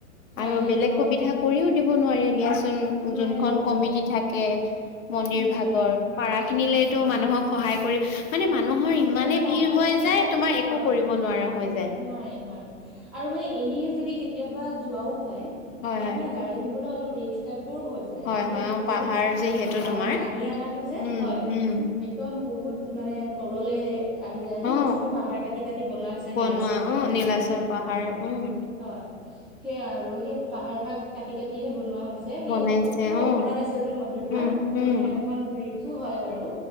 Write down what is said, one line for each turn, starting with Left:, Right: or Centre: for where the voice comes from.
Centre: হয়নে?
Left: আৰু বেলেগ
Centre: হয়,
Left: সুবিধা
Centre: হয়।
Left: কৰিও দিব নোৱাৰে দিয়া
Centre: নোৱাৰে
Left: যোনখন
Centre: নোৱাৰে
Left: কমিটি
Centre: হয়।
Left: থাকে মন্দিৰ
Centre: উম,
Left: ভাগৰ
Centre: উম,
Left: পাৰা খিনিলেতো
Centre: হয়।
Left: মানুহক সহায় কৰি। মানে মানুহৰ ইমানে
Centre: আৰু তাত
Left: ভিৰ
Centre: মানে
Left: হয়
Centre: কি
Left: যায় তোমাৰ একো
Centre: হয়,
Left: কৰিব নোৱাৰা হয়।
Centre: নোৱাৰে নোৱাৰে আৰু মানে এনেই যদি কেতিয়াবা যোৱাও হয়
Left: হয়
Centre: তাত
Left: হয়
Centre: মানে গাড়ী নিব অল ৰিস্ক ৰূপে পৰ হৈ যায়
Left: হয়
Centre: মানে
Left: হয় অ
Centre: বহুত
Left: পাহাৰ যিহেতু
Centre: অ', ডউন
Left: তোমাৰ
Centre: নামি অহাতেওঁ যে
Left: উম
Centre: হয়
Left: উম
Centre: একদম বহুত মানে তললে আহি যায়
Left: অ
Centre: ন বস্তুতটো পাহাৰ কাটি কাটি বনোৱা হৈছে
Left: বনোৱা
Centre: নীলা চ পাহাৰ
Left: অ নীলাচল
Centre: যেতিয়া সেই
Left: পাহাৰ
Centre: মানুহৰ
Left: উম
Centre: হয়। সেয়া আৰু সেই পাহাৰ ভাগ কাটি কাটিহে বনোৱা ৱা হৈছে সেই
Left: বনাইছে
Centre: পুৰা
Left: অ
Centre: ওপৰত আছে যে মন্দিৰ ভাগ
Left: উম
Centre: মানে
Left: উম
Centre: অকন ৰিক্সো হয় বাৰু